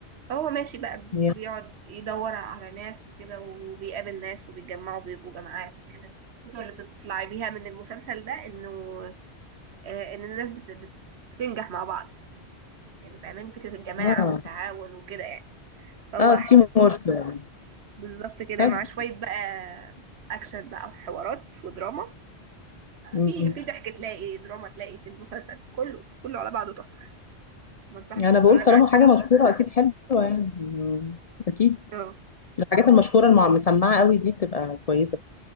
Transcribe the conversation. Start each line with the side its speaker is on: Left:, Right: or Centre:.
Right: فهو ماشي بقى
Left: يا
Right: بيقعد يدور على ناس وكده وبيقابل ناس وبيتجمعوا بيبقوا جماعات وكده الفكرة اللي بتطلع بيها من المسلسل ده انه آه، ان الناس بت- بت- بتنجح مع بعض يعني فاهماني فكرة الجماعة
Left: اه
Right: والتعاون وكده يعني فهو
Left: اه
Right: حلو
Left: تيم وورك يعني
Right: بالظبط كده
Left: آه. حلو
Right: مع شوية بقى أكشن بقى وحوارات ودراما
Left: أمم.
Right: في في ضحك تلاقي دراما تلاقي في المسلسل كله كله على بعضه تحفة بنصحك
Left: انا
Right: تتفرج
Left: بقول طالما
Right: عليه
Left: حاجه مشهوره اكيد حلوه يعني أمم. اكيد
Right: اه
Left: الحاجات المشهوره المسمعه قوي دي بتبقى كويسه